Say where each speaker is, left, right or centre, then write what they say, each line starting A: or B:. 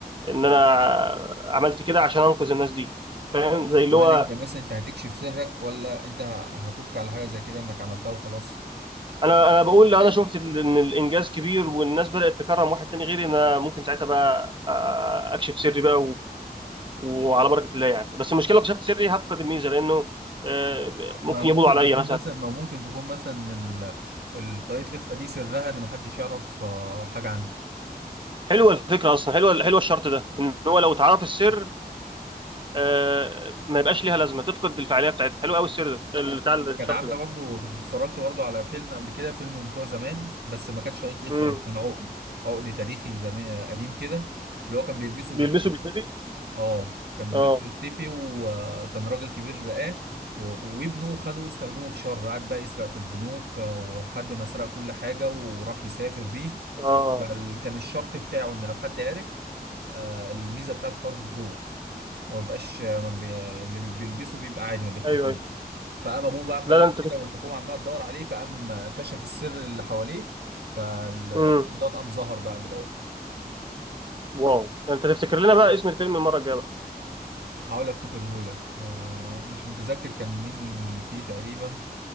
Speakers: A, on the right (about 30°); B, on the right (about 85°).
A: إن أنا عملت كده عشان أنقذ الناس دي فاهم زي اللي هو
B: هل انت مثلا انت هتكشف سرك ولا انت ه- هتبقى على حاجه زي كده انك عملتها وخلاص
A: انا انا بقول لو انا شفت ان الانجاز كبير والناس بدات تكرم واحد تاني غيري انا ممكن ساعتها بقى آه، اكشف سري بقى و... وعلى بركه الله يعني بس المشكله لو كشفت سري هفقد الميزه لانه آه، ممكن
B: ما ممكن
A: يبولوا عليا
B: تكون
A: مثلا
B: مثلا ما ممكن تكون مثلا ال- الطاقية الإخفاء دي سرها ان محدش يعرف آه، حاجه
A: حلوه الفكره اصلا حلوه حلوه الشرط ده ان هو لو اتعرف السر
B: عنها
A: آه، ما يبقاش ليها لازمه تفقد الفعاليه بتاعتها حلو قوي السر ده ال- بتاع الشرط
B: كانت عامله
A: ده
B: برضو كنت اتفرجت برضو على فيلم قبل كده فيلم من بتوع زمان بس ما كانش طاقية لخفة
A: امم
B: بقى، كان عقد عقد تاريخي زمان قديم كده اللي هو كان بيلبسه وبيختفي
A: بيلبسوا بيتنبي
B: اه كان
A: اه
B: بيلبسه وبيختفي وكان راجل كبير رقاه و- وابنه خده استخدمه في شر قعد بقى يسرق في البنوك آه، وحد ما سرق كل حاجه وراح يسافر بيه
A: اه
B: فكان الشرط بتاعه ان لو حد عرف آه، الميزه بتاعته خلاص بتروح وما بيبقاش ما بي... اللي بيلبسه بيبقى عادي ما بيختفيش
A: ايوه ايوه
B: فقام ابوه بقى اما
A: لا
B: لقى
A: ده انت
B: كده
A: تف...
B: والحكومه عماله تدور عليه فقام كشف السر اللي حواليه فالضاد
A: امم
B: قام ظهر بقى بالعقد
A: واو ده انت تفتكر لنا بقى اسم الفيلم المره الجايه بقى
B: حاول افتكره لك آه مش متذكر كان مين اللي فيه تقريبا